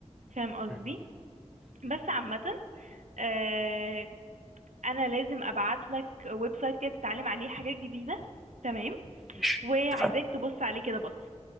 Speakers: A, on the right; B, in the centre.
A: فاهم قصدي
B: مم. مم.
A: بس عامة آه، انا لازم ابعت لك ويب سايت كده تتعلم عليه حاجات جديدة تمام
B: مش
A: وعايزاك
B: تفاهه
A: تبص عليه كده بص